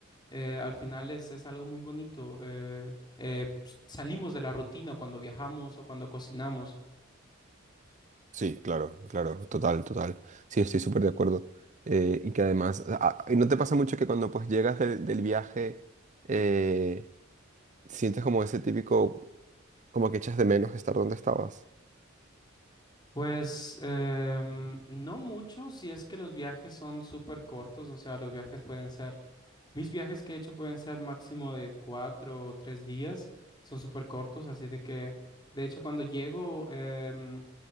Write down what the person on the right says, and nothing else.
Sí, claro, claro, total, total. Sí, estoy súper de acuerdo. Eh, y que además, a- a- ¿no te pasa mucho que cuando pues llegas del, del viaje eh, sientes como ese típico, como que echas de menos estar donde estabas?